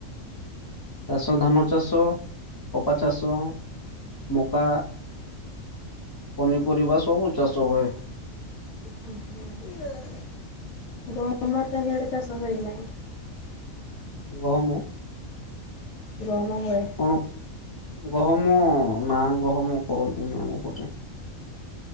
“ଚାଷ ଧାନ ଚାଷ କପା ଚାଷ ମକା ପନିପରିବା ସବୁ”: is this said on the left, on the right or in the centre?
Left